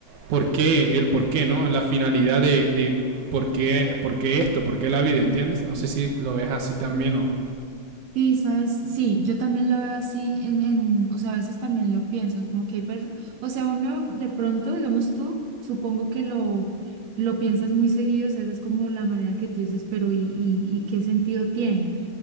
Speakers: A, on the right (about 80°); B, on the right (about 65°).
A: por qué, el por qué, ¿no? La finalidad de, de por, qué, por qué esto, por qué la vida, ¿entiendes? No sé si lo ves así también o...
B: Sí, sabes, sí, yo también lo veo así en, en, o sea, a veces también lo pienso, como que hay personas, o sea, uno de pronto, digamos tú, supongo que lo, lo piensas muy seguido, o sea, esa es como la manera en que tú dices, pero ¿y, y, y qué sentido tiene?